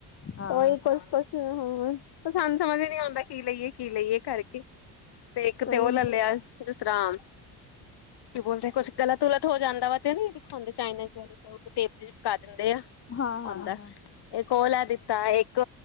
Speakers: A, on the left; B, on the left.
A: ਹਾਂ
B: ਉਹੀ ਕੁਛ ਕੁਛ ਹਾਂ ਸਾਨੂੰ ਸਮਝ ਹੀ ਨੀ ਆਉਂਦਾ ਕੀ ਲਈਏ। ਕੀ ਲਈਏ ਕਰਕੇ ਤੇ ਇੱਕ
A: ਸਹੀ
B: ਤੇ ਉਹ ਲੈ ਲਿਆ ਜਿਸ ਤਰ੍ਹਾਂ ਕੀ ਬੋਲ ਦੇ ਕੁਛ ਗਲਤੁ ਗੁਲਤ ਹੋ ਜਾਂਦਾ ਵਾ ਤੇ ਨਹੀ ਦਿਖਾਂਦੇ ਚਾਈਨਜ਼ ਵਾਲੇ ਟੇਪ ਜੇਈ ਲਗਾ ਦਿੰਦੇ ਆ
A: ਹਾਂ
B: ਆਉਂਦਾ
A: ਹਾਂ ਹਾਂ
B: ਇਹ ਕੋ ਲੈ ਤਾ ਇੱਕ